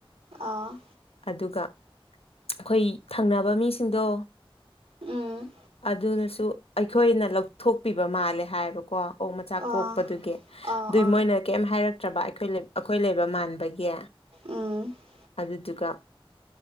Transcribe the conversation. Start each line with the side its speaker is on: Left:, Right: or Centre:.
Right: ꯑꯥ
Left: ꯑꯗꯨꯒ ꯑꯩꯈꯣꯏ ꯊꯪꯅꯕ ꯃꯤꯁꯤꯡꯗꯣ
Right: ꯎꯝ
Left: ꯑꯗꯨꯅꯁꯨ ꯑꯩꯈꯣꯏꯅ ꯂꯧꯊꯣꯛꯄꯤꯕ ꯃꯥꯜꯂꯦ ꯍꯥꯏꯌꯦꯕ ꯀꯣ ꯑꯣꯛ ꯃꯆꯥ
Right: ꯑꯥ
Left: ꯀꯣꯛꯄꯗꯨꯒꯤ
Right: ꯑꯥ
Left: ꯑꯗꯨꯏ
Right: ꯑꯥ
Left: ꯃꯣꯏꯅ ꯀꯤꯝ ꯍꯥꯏꯔꯛ ꯇ꯭ꯔꯕ ꯑꯩꯈꯣꯏ ꯑꯩꯈꯣꯏ ꯂꯩꯕ ꯃꯥꯟꯕꯒꯤ
Right: ꯑꯣꯛ
Left: ꯑꯗꯨꯗꯨꯒ